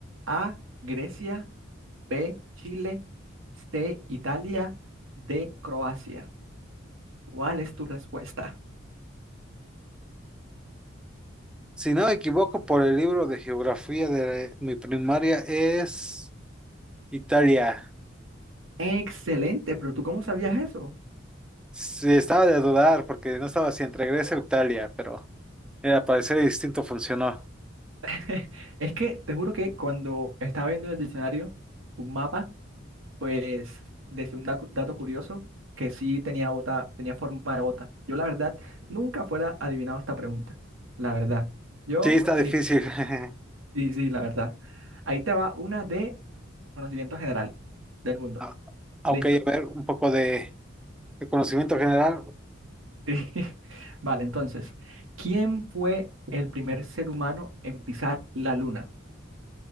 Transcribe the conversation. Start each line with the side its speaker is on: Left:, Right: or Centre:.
Right: A, Grecia. B, Chile, C, Italia, D, Croacia. ¿Cuál es tu respuesta?
Centre: Si no me equivoco, por el libro de geografía de mi primaria es Italia.
Right: Excelente, pero ¿tú cómo sabías eso?
Centre: Sí, estaba de dudar porque no estaba si entre Grecia o Italia, pero eh, al parecer el distinto funcionó.
Right: <laughs> Es que te juro que cuando estaba viendo en el diccionario un mapa, pues decía un da- dato curioso que sí tenía bota, tenía forma de bota. Yo la verdad nunca fuera adivinado esta pregunta. La verdad. Yo
Centre: Sí, está difícil.
Right: ni
Centre: <laughs>
Right: sí, sí, la verdad. Ahí te va una de conocimiento general del mundo.
Centre: Ah, Ok,
Right: Listo.
Centre: a ver, un poco de, de conocimiento general.
Right: Sí. <laughs> Vale, entonces, ¿quién fue el primer ser humano en pisar la luna?